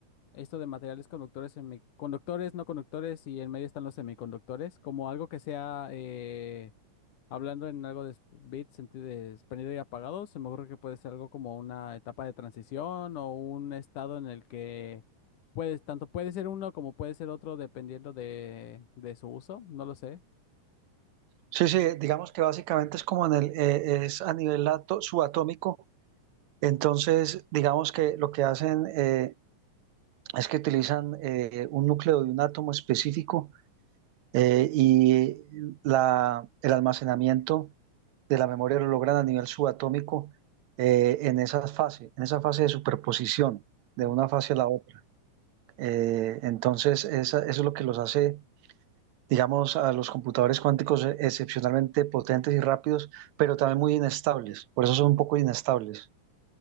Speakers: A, on the left (about 75°); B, on the right (about 70°).
A: esto de materiales conductores, semiconductores, no conductores y en medio están los semiconductores, como algo que sea, eh, hablando en algo de s- bits, sentido de s- prendido y apagado, se me ocurre que puede ser algo como una etapa de transición o un estado en el que puedes, tanto puede ser uno como puede ser otro dependiendo de, de su uso, no lo sé.
B: Sí, sí, digamos que básicamente es como en el, eh, es a nivel ato- subatómico. Entonces, digamos que lo que hacen eh, es que utilizan eh, un núcleo de un átomo específico eh, y la, el almacenamiento de la memoria lo logran a nivel subatómico eh, en esa fase, en esa fase de superposición de
A: Mm.
B: una fase a la otra. Eh, entonces, esa- eso es lo que los hace digamos, a los computadores cuánticos e- excepcionalmente potentes y rápidos, pero también muy inestables. Por eso son un poco inestables.